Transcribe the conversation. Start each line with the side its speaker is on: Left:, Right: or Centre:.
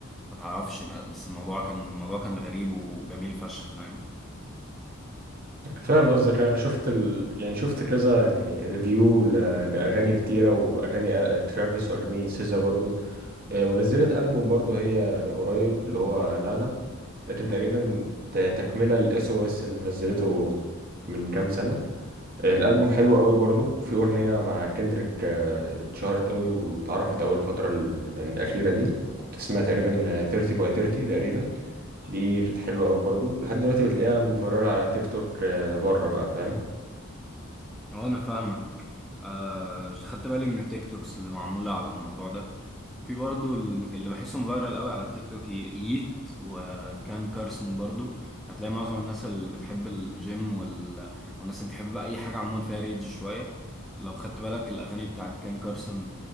Centre: ما تعرفش بس الموضوع كان الموضوع كان غريب وجميل فشخ فاهم
Right: فاهم قصدك انا شفت ال... يعني شفت كذا يعني ريفيو ل... لاغاني كتيره واغاني آه، ترافيس واغاني سيزا برضو آه، ونزلت ألبوم برضو هي من قريب اللي هو لانا ده كان تقريبا ت- تكملة للاس او اس اللي نزلته من كام سنة آه، الألبوم حلو قوي برضو وفي أغنية مع كندريك آه، اتشهرت قوي واتعرفت أوي الفترة ال- يعني الأخيرة دي كانت اسمها تقريبا آه، 30 by 30 تقريبا دي كانت حلوة قوي برضو لحد دلوقتي بتلاقيها مفررة على تيك توك آه، بره بقى فاهم
Centre: اه انا فاهمك آه خدت بالي من التيك توكس اللي معمولة على الموضوع ده في برضو ال- اللي بحسهم فايرال قوي على التيك توك ي- ييت وكان كارسن برضو هتلاقي معظم الناس اللي بتحب الجيم وال... والناس اللي بتحب بقى اي حاجة عموما فيها ريدج شوية لو خدت بالك الاغاني بتاعت كان كارسن